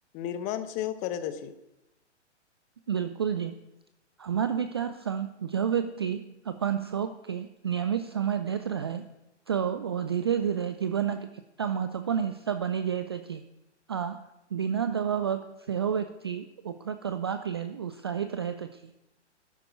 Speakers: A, on the left (about 20°); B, on the right (about 25°).
A: निर्माण सेहो करैत अछि।
B: बिलकुल जी हमर विचार संघ जँ व्यक्ति अपन शौक के नियमित समय देैत रहै तऽ ओ धीरे धीरे जीवनक एकटा महत्वपूर्ण हिस्सा बनी जाइत अछि। आ बिना दबावक सेहो व्यक्ति ओकरा करबाक। लेल उत्साहित रहैत अछि।